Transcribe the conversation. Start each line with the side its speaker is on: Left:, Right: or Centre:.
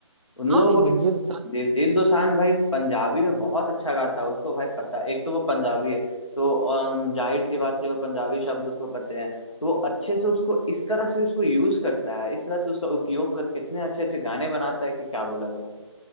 Left: उन
Right: हाँ
Left: लोगों
Right: नहीं
Left: को
Right: दिलजीत
Left: भी दे,
Right: सांझ
Left: दीप दोसांझ भाई पंजाबी में बहुत अच्छा गाता है उसको भाई पता है एक तो वो पंजाबी है तो अम, जाहिर सी बात है वो पंजाबी शब्द उसको पते हैं तो वो अच्छे से उसको इस तरह से उसको यूज करता है इस तरह से उसका उपयोग करके इतने अच्छे अच्छे गाने बनाता है कि क्या बोला जाए